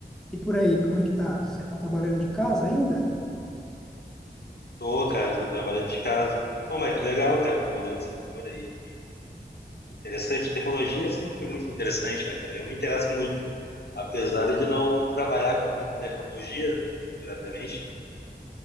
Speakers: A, in the centre; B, on the left.
A: E por aí, como é que tá? Você está trabalhando de casa ainda?
B: Tô, cara, tô trabalhando de casa. Pô, mas que legal, cara, que tu mudou de setor aí. Interessante, tecnologia é sempre muito interessante, né, cara? Eu me interesso muito. Apesar de não trabalhar com tecnologia diretamente,